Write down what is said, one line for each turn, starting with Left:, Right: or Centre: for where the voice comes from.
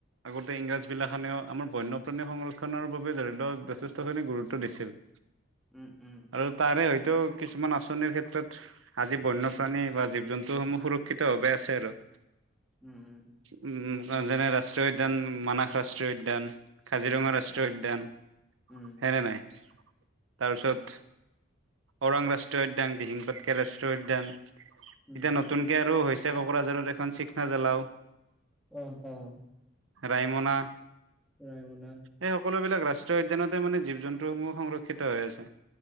Right: আগতে ইংৰাজবিলাখনেও আমাৰ বন্যপ্ৰাণী সংৰক্ষণৰ বাবে জড়িত যথেষ্টখিনি গুৰুত্ব দিছিল। <inaudible>
Centre: উম-উম।
Right: আৰু তাৰে হয়তো কিছুমান আঁচনিৰ ক্ষেত্ৰত আজি বন্যপ্ৰাণী বা জীৱ জন্তু সমূহ সুৰক্ষিত ভাৱে আছে আৰু।
Centre: উম-উম।
Right: উম যেনে ৰাষ্ট্ৰীয় উদ্যান মানস ৰাষ্ট্ৰীয় উদ্যান কাজিৰঙা ৰাষ্ট্ৰীয়
Centre: হা
Right: উদ্যান
Centre: উম
Right: হয় নে নাই। তাৰপিছত ওৰাং ৰাষ্ট্ৰীয় উদ্যান দিহিং পাত <unintelligible> ৰাষ্ট্ৰীয় উদ্যান
Centre: উম
Right: এতিয়া নতুনকৈ আৰু হৈছে কোকৰাঝাৰৰ এখন শিখনা জৌলাও।
Centre: অ', অ।
Right: ৰাইমনা।
Centre: ৰাইমনা।
Right: সেই সকলোবিলাক ৰাষ্ট্ৰীয় উদ্যানতে মানে জীৱ জন্তুসমূহ সংৰক্ষিত হৈ আছে।